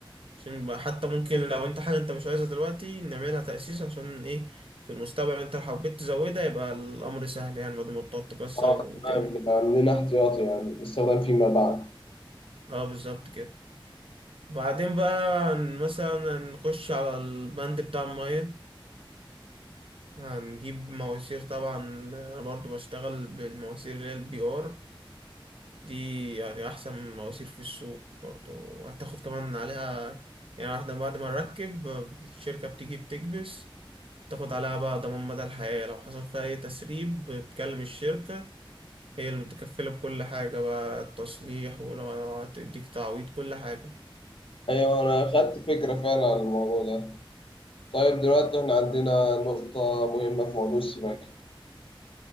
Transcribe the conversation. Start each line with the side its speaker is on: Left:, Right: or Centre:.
Right: عشان يبقى حتى ممكن لو انت حاجة انت مش عايزها دلوقتي نعملها تأسيس عشان ايه في المستقبل انت لو حبيت تزودها يبقى الأمر سهل يعني بدل ما تقعد تكسر
Left: اه
Right: وتعمل
Left: تمام نبقى عاملين احتياطي يعني الاستخدام فيما بعد
Right: اه بالظبط كده بعدين بقى هن- مثلا نخش على البند بتاع المية هنجيب مواسير طبعا انا برضو بشتغل بالمواسير اللي هي البي ار دي يعني احسن مواسير في السوق برضو وهتاخد كمان عليها يعني احنا بعد ما نركب الشركة بتيجي بتكبس تاخد عليها بقى ضمان مدى الحياة لو حصل فيها أي تسريب بتكلم الشركة هي اللي متكفلة بكل حاجة بقى التصليح ولو هتديك تعويض كل حاجة
Left: ايوه انا خدت فكرة فعلا عن الموضوع ده طيب دلوقتي احنا عندنا نقطة مهمة في موضوع السباكة